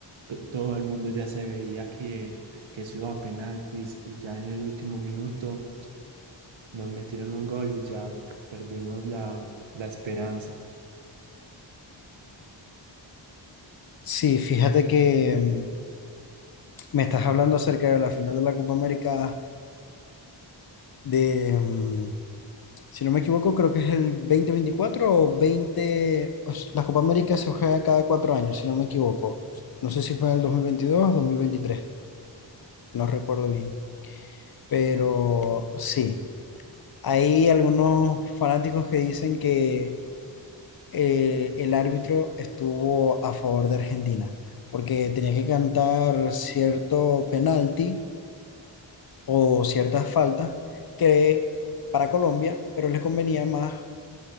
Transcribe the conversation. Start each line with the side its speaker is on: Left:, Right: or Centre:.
Right: to- todo el mundo ya se veía que, que eso iba a penaltis y ya en el último minuto nos metieron un gol y ya perdimos la, la esperanza.
Left: Sí, fíjate que mm, me estás hablando acerca de la final de la Copa América de, mm, si no me equivoco, creo que es el 2024 o 20... o s- La Copa América se juega cada cuatro años, si no me equivoco. No sé si fue en el 2022 o 2023 no recuerdo bien. Pero sí, hay algunos fanáticos que dicen que eh, el árbitro estuvo a favor de Argentina, porque tenía que cantar cierto penalti o ciertas faltas que para Colombia, pero les convenía más